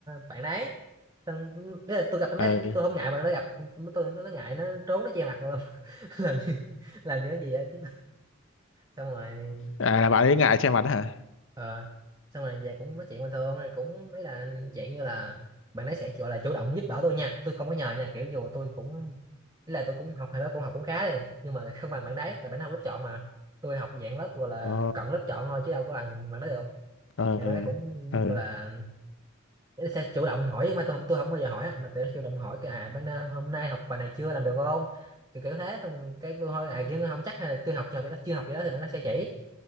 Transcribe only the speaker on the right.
bạn đấy xong ý là tôi gặp bạn đấy
tôi không ngại bạn nó gặp nó tôi nó, nó ngại nó trốn nó che mặt luôn <laughs> làm như, làm như cái gì á chứ xong rồi
Ờ, xong rồi về cũng nói chuyện bình thường rồi cũng mấy là dạng như là bạn ấy sẽ gọi là chủ động giúp đỡ tôi nha tôi không có nhờ nha kiểu dù tôi cũng ý là tôi cũng học hay đó cũng học cũng khá đi nhưng mà không bằng bạn đấy tại bạn ấy học lớp chọn mà tôi học dạng lớp gọi là
cận lớp chọn thôi chứ đâu có bằng bạn đấy được
thì bạn ấy cũng
gọi là ý là sẽ chủ động hỏi nhưng mà tôi không tôi không bao giờ hỏi á, mà tôi chủ động hỏi cái à bạn ờ, hôm nay học bài này chưa làm được không kiểu, kiểu thế xong cái tôi thôi à kiểu tôi không chắc hay là tôi học chưa học vậy đó chưa học vậy đó thì bạn nó sẽ chỉ